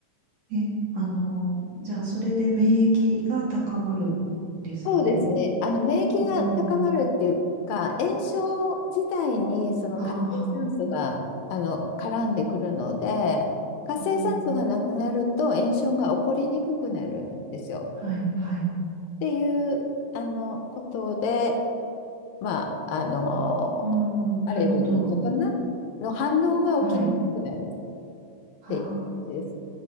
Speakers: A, on the right; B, on the left.
A: あ、え、あの、じゃあ、それで免疫が高まるですかね。
B: そうですね。あの、免疫が高まるっていうか、
A: うん。
B: 炎症自体にその活性酸素が、
A: ああ、はあ。
B: あの、絡んでくるので、活性酸素がなくなると炎症が起こりにくくなるんですよ。
A: うんうんはい、はい。
B: っていう、あの、ことで、まあ、あの、
A: うん、
B: アレルギーとかな、
A: なるほど。
B: の反応が起きにくくなるっ
A: はい。ああ、
B: ていう感じです。